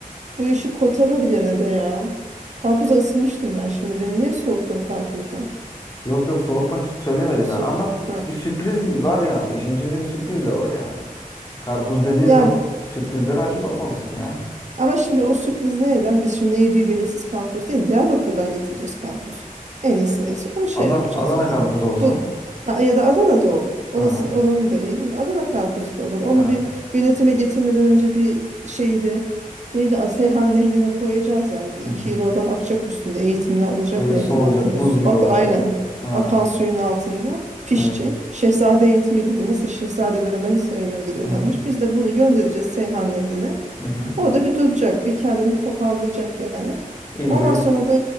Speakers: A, on the right; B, on the left.
A: Bu işi kotaladı gene de ya. Karpuza ısınmıştım ben şimdi. Beni niye soğuttun karpuzdan?
B: yok yok soğutmak için söylemedim
A: Su.
B: yani ama
A: Ha.
B: bir sürpriz var yani. İşin içinde bir sürpriz de var yani. Karpuz dediğin
A: Yani
B: zaman sürprizlere açık olmalısın yani.
A: Ama şimdi o sürpriz neyden? Biz şimdi ne yediği belirsiz karpuz değil, Diyarbakır'dan getireceğiz karpuzu. En iyisi neyse onu şey
B: Adana,
A: yapacağız
B: Adana
A: yani.
B: karpuz olsa.
A: Bu ha, ya da Adana'da olur. Orasının
B: Ha,
A: oranın da iyi değil mi? Adana karpuzu da olur. Onu
B: evet.
A: bir yönetime getirmeden önce bir şeydi. Neydi? A- Seyhan Nehri'ne koyacağız yani. Bir
B: Hı
A: iki
B: hı.
A: yıl oradan akacak üstünde. Eğitimini alacak
B: Şöyle
A: nehrin
B: soğuyacak,
A: altında.
B: buz
A: Su-
B: gibi
A: Ak,
B: olacak.
A: aynen.
B: Ha,
A: Akan suyun altında pişecek.
B: evet.
A: Şehzade eğitimi gibi. Nasıl şehzadeleri Manisa'ya gönderiyorlarmış.
B: Hı hı.
A: Biz de bunu göndereceğiz Seyhan Nehri'ne.
B: Hı hı.
A: Orada bir duracak, bir kendini toparlayacak yani.
B: İyice
A: Ondan
B: bir.
A: sonra da